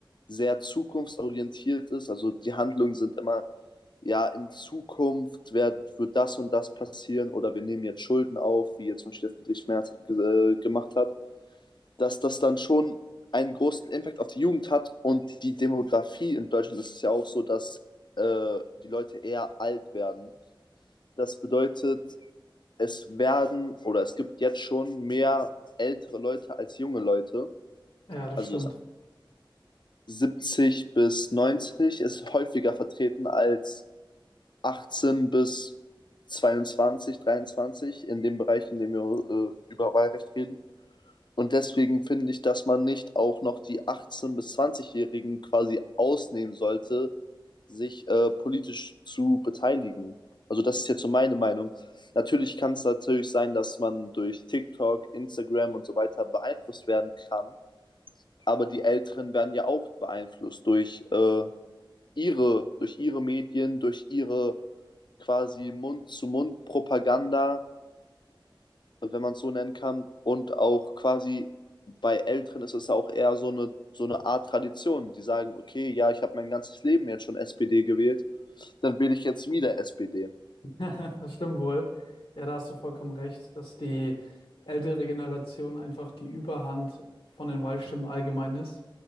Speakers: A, on the left; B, on the left.
A: sehr zukunftsorientiert ist. Also die Handlungen sind immer, ja, in Zukunft wird, wird das und das passieren oder wir nehmen jetzt Schulden auf, wie jetzt zum Beispiel der Friedrich Merz äh, gemacht hat, dass das dann schon einen großen Impact auf die Jugend hat und die Demografie in Deutschland ist ja auch so, dass äh, die Leute eher alt werden. Das bedeutet, es werden oder es gibt jetzt schon mehr ältere Leute als junge Leute.
B: Ja, das
A: Also
B: stimmt.
A: 70 bis 90 ist häufiger vertreten als 18 bis 22, 23 in dem Bereich, in dem wir äh, über Wahlrecht reden. Und deswegen finde ich, dass man nicht auch noch die 18- bis 20-Jährigen quasi ausnehmen sollte, sich äh, politisch zu beteiligen. Also das ist jetzt so meine Meinung. Natürlich kann es natürlich sein, dass man durch TikTok, Instagram und so weiter beeinflusst werden kann, aber die Älteren werden ja auch beeinflusst durch äh, ihre, durch ihre Medien, durch ihre quasi Mund-zu-Mund-Propaganda wenn man es so nennen kann. Und auch quasi bei Älteren ist es ja auch eher so eine, so eine Art Tradition. Die sagen, okay, ja, ich habe mein ganzes Leben jetzt schon SPD gewählt, dann wähle ich jetzt wieder SPD.
B: <laughs> Das stimmt wohl. Ja, da hast du vollkommen recht, dass die ältere Generation einfach die Überhand von den Wahlstimmen allgemein ist.